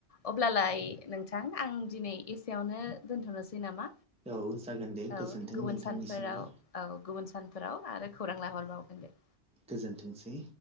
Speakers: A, on the left; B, in the centre.
A: अब्लालाय नोंथां आं दिनै एसेयावनो दोनथ'नोसै नामा।
B: औ जागोन दे
A: औ
B: गोजोन्थों
A: गुबुन
B: नोंथांनिसिमबो
A: सानफोराव औ गुबुन सानफोराव आरो खौरां लाहरबावगोन दे।
B: गोजोनथोंसै।